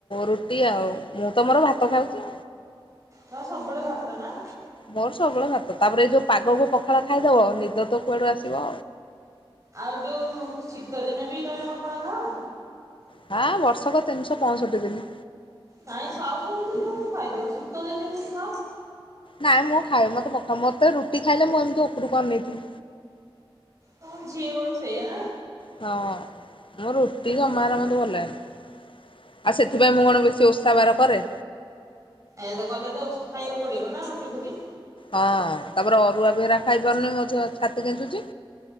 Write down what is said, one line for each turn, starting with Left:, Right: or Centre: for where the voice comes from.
Left: ରୁଟି ଆଉ ମୁଁ ତୋ ମୋର ଭାତ ଖାଉଚି।
Right: ତୋମେ ସବବେଳେ ଭାତ ନା?
Left: ମୋର ସବୁବେଳେ ଭାତ, ତାପରେ ଏଇ ଯୋଉ ପାଗକୁ ପଖାଳ ଖାଇଦବ ନିଦ ତ କୁଆଡୁ ଆସିବ।
Right: ଆଉ ଯୋଉ ଶୀତଦିନେ ବି ତୋମେ ପଖାଳ ଖାଅ?
Left: ହାଁ ବର୍ଷକ ତିନିଶହ ପଅଁଷଠି ଦିନି।
Right: ନାଇଁ ସାଉ ସବୁଦିନେ ହଉ ଖାଇଦବ, ଶୀତ ଦିନେ କେମିତି ଖାଅ?
Left: ନାଇଁ ମୁଁ ଖାଏ, ମୋତେ ପଖା, ମୋତେ ରୁଟି ଖାଇଲେ ମୁଁ ଏମିତି ଉପରକୁ ଅନେଇଥିବି।
Right: ହଁ ଝିଅ ବେଳୁ ସେୟା ନା?
Left: ହଁ ମୁଁ ରୁଟି ଜମାରୁ ମୋତେ ଭଲ ଲାଗେନା। ଆଉ ସେଥିପାଇଁ ମୁଁ କଣ ବେଶି ଓଷା ବାର କରେ।
Right: ଏ ତ କଲେ ତ ଖାଇବାକୁ ପଡିବ ନା ରୁଟି ଫୁଟି।
Left: ହଁ ତାପରେ ଅରୁଆ ବି ହେରା ଖାଇ ପାରୁନି ମୋ ଛ- ଛାତି କେଞ୍ଚୁଛି।